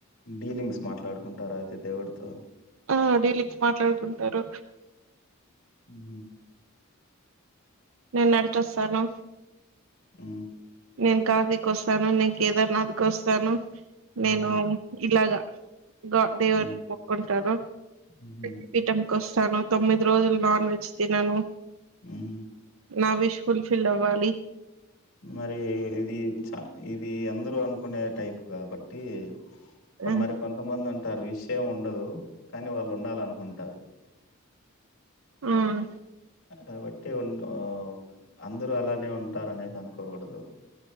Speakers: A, on the left; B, on the right.
A: డీలింగ్స్ మాట్లాడుకుంటారా అయితే దేవుడితో
B: ఆ డిలీంగ్స్ మాట్లాడుకుంటారు
A: మ్ హుమ్మ్
B: నేను నడిచొస్తాను
A: మ్
B: నేను కాశీకి వస్తాను నేను కేదార్నాథ్ కొస్తాను
A: హుహు.
B: నేను ఇలాగ గ దేవుని
A: హ్మ్.
B: కి మొక్కుంటారు
A: హుహు.
B: శక్తిపీఠం వస్తాను తొమ్మిది రోజులు నాన్ వెజ్ తినను
A: మ్
B: నా విష్ ఫుల్ ఫిల్ అవ్వాలి
A: మరి ఇది చ ఇది అందరూ అనుకునే టైప్ కాబట్టి కొమరి
B: ఆ
A: కొంతమంది ఉంట అంటారు విష్ ఏం ఉండదు కానీ వాళ్ళు ఉండాల అనుకొండి టారు
B: మ్
A: కాబట్టి అ.... అందరూ అలానే ఉంటారు అనేసి అనుకోకూడదు